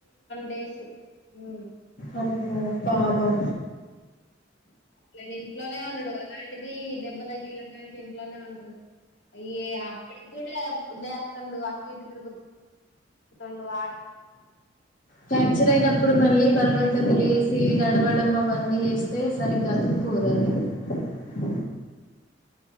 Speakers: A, on the left (about 70°); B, on the left (about 45°).
A: డేసు ఊ
B: అమ్మో పాపం
A: అట్లని ఇంట్లోనే ఉండడు, అలాంటిది దెబ్బ దగిల్న కాంచి ఇంట్లోనే ఉంటున్. అయ్యే అక్కడి గూడా లేత్తుండు అటు ఇటు తిరుగు తుండూ ఆగ్
B: ఫ్యాక్చర్ అయినప్పుడు మళ్ళీ బలవంతంగా
A: ఆయనకి
B: లేసి నడ వడం అవన్నీ ఏస్తే సరిగ్గా <unintelligible>